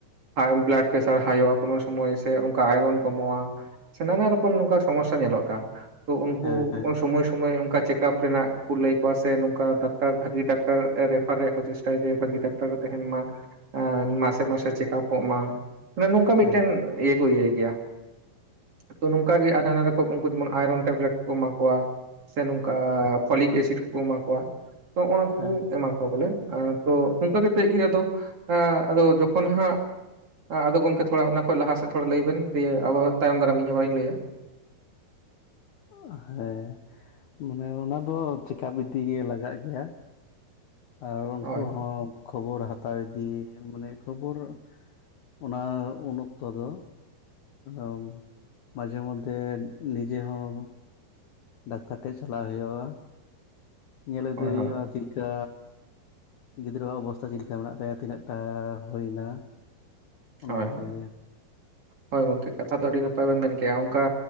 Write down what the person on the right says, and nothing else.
ᱦᱟᱭᱮᱢ ᱵᱞᱟᱰ ᱯᱨᱮᱥᱟᱨ ᱦᱟᱭᱚᱜᱼᱟ ᱠᱚᱱᱳ ᱥᱚᱢᱚᱭ ᱥᱮ ᱚᱱᱠᱟ ᱟᱭᱨᱚᱱ ᱠᱚᱢᱚᱜᱼᱟ ᱥᱟᱱᱟᱢᱟᱜ ᱨᱚᱠᱚᱢ ᱱᱚᱝᱠᱟ ᱥᱚᱢᱚᱥᱥᱟ ᱧᱮᱞᱚᱜ ᱠᱟᱱᱟ ᱛᱚ ᱩᱱᱠᱩ
ᱚᱥᱚᱢᱚᱭ ᱥᱳᱢᱟᱹᱭ ᱚᱱᱠᱟ ᱪᱮᱠᱟᱯ ᱨᱮᱱᱟᱜ ᱠᱩ ᱞᱟᱹᱭ ᱟᱠᱚᱣᱟ ᱥᱮ ᱱᱚᱝᱠᱟ ᱰᱟᱠᱛᱟᱨ ᱵᱷᱟᱜᱤ ᱰᱟᱠᱛᱟᱨ ᱨᱮ <unintelligible> ᱨᱮᱭᱟᱜ ᱠᱚ ᱨᱮᱯᱷᱟᱨ ᱨᱮᱭᱟᱜ ᱠᱚ ᱪᱮᱥᱴᱟᱭᱟ ᱡᱮ ᱵᱷᱟᱜᱤ ᱰᱟᱠᱛᱟᱨ ᱠᱚ ᱛᱟᱦᱮᱱ ᱢᱟ ᱮ ᱢᱟᱥᱮ ᱢᱟᱥᱮ ᱪᱮᱠᱟᱯᱚᱜ ᱢᱟ ᱢᱟᱱᱮ ᱱᱚᱝᱠᱟ ᱢᱤᱫᱴᱮᱱ
ᱤᱭᱟᱹ ᱠᱚ ᱤᱭᱟᱹᱭ ᱜᱮᱭᱟ᱾ ᱛᱚ ᱱᱚᱝᱠᱟ ᱜᱮ ᱟᱨ ᱱᱟᱱᱟ ᱨᱚᱠᱚᱢ ᱩᱱᱠᱩ ᱡᱮᱢᱚᱱ ᱟᱭᱨᱚᱱ ᱴᱮᱵᱞᱮᱴ ᱠᱚᱠᱚ ᱮᱢᱟ ᱠᱚᱣᱟ᱾ ᱥᱮ ᱱᱚᱝᱠᱟ
ᱯᱷᱚᱞᱤᱠ ᱮᱥᱤᱰ ᱠᱚᱠᱚ ᱮᱢᱟ ᱠᱚᱣᱟ ᱛᱚ ᱚᱱᱟ ᱠᱩᱠᱩ
ᱮᱢᱟ ᱠᱚᱣᱟ᱾ ᱵᱚᱞᱮ ᱮᱸᱻ ᱛᱚ ᱚᱱᱠᱟ ᱠᱟᱛᱮᱜ ᱜᱮ ᱟᱫᱚ ᱮᱸ ᱟᱫᱚ ᱡᱚᱠᱷᱚᱱ ᱦᱟᱸᱜ ᱮᱸ ᱟᱫᱚ ᱜᱚᱢᱠᱮ ᱛᱷᱚᱲᱟ ᱚᱱᱟ ᱠᱷᱚᱡ ᱞᱟᱦᱟ ᱥᱮᱫ ᱛᱷᱚᱲᱟ ᱞᱟᱹᱭᱵᱮᱱ ᱫᱤᱭᱟᱹ ᱟᱫᱚ ᱛᱟᱭᱚᱢ ᱫᱟᱨᱟᱢ ᱤᱧ ᱟᱵᱟᱨᱤᱧ ᱞᱟᱹᱭᱟ᱾
ᱦᱳᱭ
ᱦᱳᱭ
ᱦᱳᱭ
ᱦᱳᱭ
ᱦᱳᱭ ᱦᱳᱭ ᱜᱚᱢᱠᱮ ᱠᱟᱛᱷᱟ ᱫᱚ ᱟᱹᱰᱤ ᱱᱟᱯᱟᱭ ᱵᱮᱱ ᱢᱮᱱ ᱠᱮᱜᱟ ᱚᱱᱠᱟ